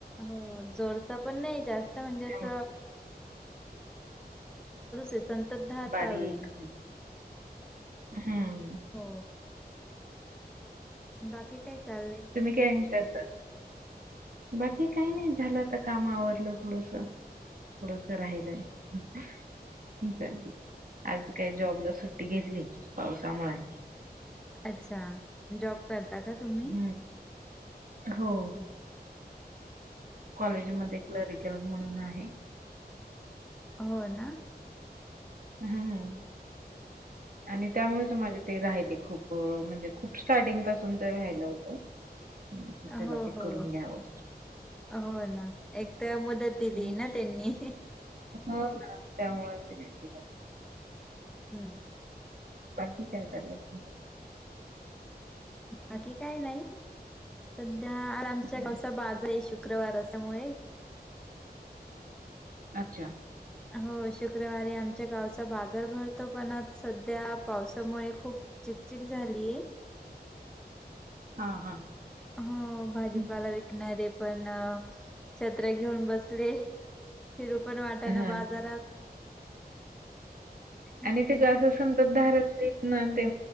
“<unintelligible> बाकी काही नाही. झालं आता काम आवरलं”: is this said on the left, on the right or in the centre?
Right